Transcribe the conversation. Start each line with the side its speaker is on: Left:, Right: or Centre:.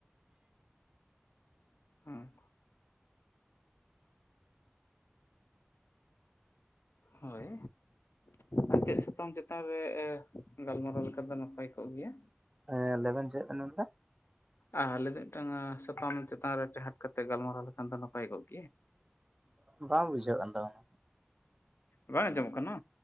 Left: ᱦᱮᱸ ᱾ ᱦᱳᱭ ᱟᱨ ᱪᱮᱫ ᱥᱟᱛᱟᱢ ᱪᱮᱛᱟᱱ ᱨᱮ ᱜᱟᱞᱢᱟᱨᱟᱣ ᱞᱮᱠᱷᱟᱱ ᱫᱚ ᱱᱟᱯᱟᱭ ᱠᱚᱜ ᱜᱮᱭᱟ?
Right: ᱮᱸ ᱞᱟᱹᱭᱵᱮᱱ ᱪᱮᱜ ᱵᱮᱱ ᱢᱮᱱᱫᱟ?
Left: ᱟᱦ ᱢᱤᱫᱴᱟᱝ ᱥᱟᱛᱟᱢ ᱪᱮᱛᱟᱱ ᱨᱮ ᱴᱮᱦᱟᱴ ᱠᱟᱛᱮ ᱜᱟᱞᱢᱟᱨᱟᱣ ᱞᱮᱠᱷᱟᱱ ᱫᱚ ᱱᱟᱯᱟᱭ ᱠᱚᱜ ᱜᱮ
Right: ᱵᱟᱝ ᱵᱩᱡᱷᱟᱹᱜ ᱠᱟᱱ ᱛᱟᱵᱮᱱᱟ,
Left: ᱵᱟᱝ ᱟᱸᱡᱚᱢᱚᱜ ᱠᱟᱱᱟ?